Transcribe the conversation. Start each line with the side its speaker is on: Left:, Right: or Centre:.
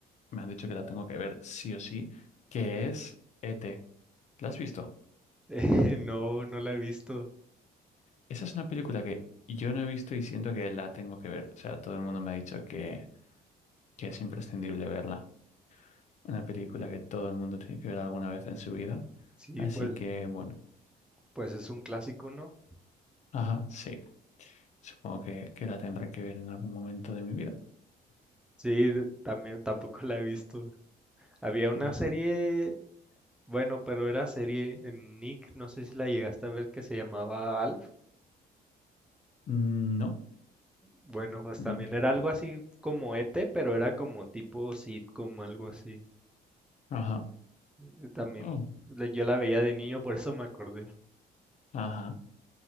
Left: me han dicho que la tengo que ver sí o sí, que es E.T. ¿La has visto?
Centre: <laughs> Eh, no, no la he visto.
Left: Esa es una película que yo no he visto y siento que la tengo que ver. O sea, todo el mundo me ha dicho que, que es imprescindible verla. Una película que todo el mundo tiene que ver alguna vez en su vida.
Centre: Sí,
Left: Así
Centre: pues,
Left: que, bueno,
Centre: pues es un clásico, ¿no?
Left: ajá, sí. Supongo que, que la tendré que ver en algún momento de mi vida.
Centre: Sí, de- también tampoco la he visto. Había una
Left: <laughs>
Centre: serie, bueno, pero era serie en Nick, no sé si la llegaste a ver que se llamaba Alf.
Left: No.
Centre: Bueno, pues
Left: Mm,
Centre: también era algo así como ET, pero era como tipo sitcom, algo así.
Left: Ajá.
Centre: Eh, También
Left: Oh,
Centre: la- yo la veía de niño, por eso me acordé.
Left: Ajá.